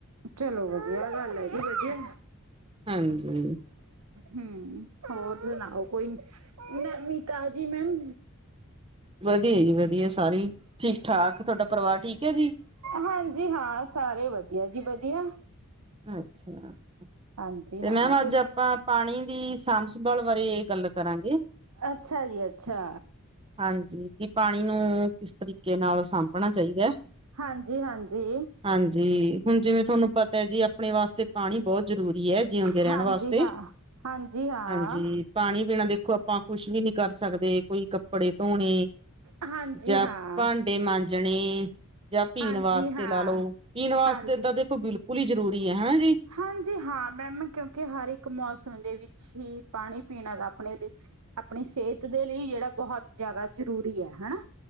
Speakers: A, on the right; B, on the right.
A: ਚਲੋ ਵਧੀਆ ਗੱਲ ਅ ਜੀ ਵਧੀਆ।
B: ਹਾਂਜੀ
A: ਹਮ ਹੋਰ <unintelligible> ਕੋਈ ਨੀ। ਮੈਂ ਮਿਤਾ ਜੀ ਮੈਮ।
B: ਵਧੀਆ ਜੀ ਵਧੀਆ ਸਾਰੀ ਠੀਕ- ਠਾਕ ਤੁਹਾਡਾ ਪਰਵਾਰ ਠੀਕ ਹੈ ਜੀ।
A: ਹਾਂਜੀ ਹਾਂ ਸਾਰੇ ਵਧੀਆ ਜੀ ਵਧੀਆ।
B: ਅੱਛਾ,
A: ਹਾਂਜੀ
B: ਤੇ
A: ਹਾਂ
B: ਮੈਮ
A: ਤੁਸੀਂ
B: ਅੱਜ ਆਪਾਂ। ਪਾਣੀ ਦੀ ਸਾਂਭ ਸੰਭਾਲ ਬਾਰੇ ਗੱਲ ਕਰਾਂਗੇ।
A: ਅੱਛਾ ਜੀ ਅੱਛਾ।
B: ਹਾਂਜੀ ਕਿ ਪਾਣੀ ਨੂੰ ਕਿਸ ਤਰੀਕੇ ਨਾਲ ਸਾਂਭਣਾ ਚਾਹੀਦਾ।
A: ਹਾਂਜੀ- ਹਾਂਜੀ।
B: ਹਾਂਜੀ ਹੁਣ ਜਿਵੇਂ ਥੁਹਾਨੂੰ ਪਤਾ ਹੈ ਜੀ ਆਪਣੇ ਵਾਸਤੇ ਪਾਣੀ ਬੋਹਤ ਜ਼ਰੂਰੀ ਹੈ! ਜਿਉਂਦੇ ਰਹਿਣ
A: ਹਾਂਜੀ
B: ਵਾਸਤੇ।
A: ਹਾਂ ਹਾਂਜੀ ਹਾਂ
B: ਹਾਂਜੀ। ਪਾਣੀ ਬਿਨਾਂ ਦੇਖੋ ਆਪਾਂ ਕੁਛ ਵੀ ਨੀ ਕਰ ਸਕਦੇ ਕੋਈ। ਕੱਪੜੇ ਧੋਣੇ
A: ਹਾਂਜੀ
B: ਜਾਂ
A: ਹਾਂ,
B: ਭਾਂ। ਡੇ ਮਾਂਜਣੇ ਜਾਂ ਪੀਣ
A: ਹਾਂਜੀ
B: ਵਾਸਤੇ
A: ਹਾਂ,
B: ਲਾ ਲਓ ਪੀਣ ਵਾਸਤੇ
A: ਹਾਂਜੀ।
B: ਤਾਂ ਦੇਖੋ ਬਿਲਕੁਲ ਹੀ ਜ਼ਰੂਰੀ। ਇ ਹਾਂ ਜੀ।
A: ਹਾਂਜੀ ਹਾਂ ਮੈਮ ਕਿਉਂਕਿ ਹਰ ਇੱਕ ਮੌਸਮ ਦੇ ਵਿੱਚ ਹੀ ਪਾਣੀ ਪੀਣਾ ਦਾ ਆਪਣੇ ਲਈ। ਆਪਣੀ ਸੇਹਤ ਦੇ ਲਈ ਜਿਹੜਾ ਬੋਹਤ ਜ਼ਿਆਦਾ ਜ਼ਰੂਰੀ ਹੈ ਹਨਾ।